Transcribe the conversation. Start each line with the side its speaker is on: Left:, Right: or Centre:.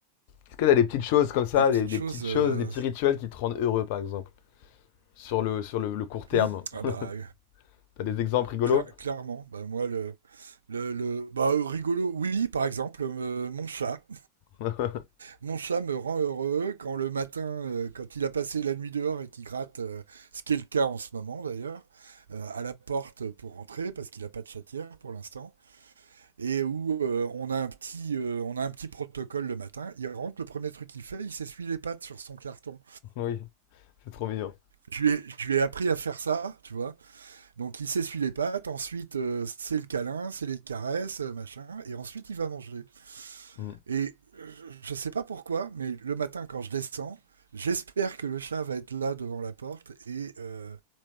Left: Est-ce que t'as des petites choses comme ça,
Right: Les petites
Left: des, des
Right: choses.
Left: petites
Right: euh,
Left: choses, des petits rituels qui te rendent heureux, par exemple, sur le, sur le, le court terme?
Right: hum, ah bah,
Left: <laughs> T'as des exemples rigolos?
Right: Claire- clairement, bah moi le le, le bah euh, rigolo, oui par exemple euh, mon chat,
Left: <laughs>
Right: mon chat me rend heureux quand le matin, euh, quand il a passé la nuit dehors et qu'il gratte, euh, ce qui est le cas en ce moment d'ailleurs, euh, à la porte pour rentrer parce qu'il n'a pas de chatière pour l'instant, et où euh, on a un petit euh, on a un petit protocole le matin, il rentre, le premier truc qu'il fait, il s'essuie les pattes sur son carton.
Left: Oui, c'est trop mignon.
Right: Je lui ai, je lui ai appris à faire ça, tu vois. Donc il s'essuie les pattes, ensuite euh, c'est le câlin, c'est les caresses, euh, machin, et ensuite il va manger.
Left: Mm.
Right: Et je sais pas pourquoi, mais le matin quand je descends, j'espère que le chat va être là devant la porte et euh,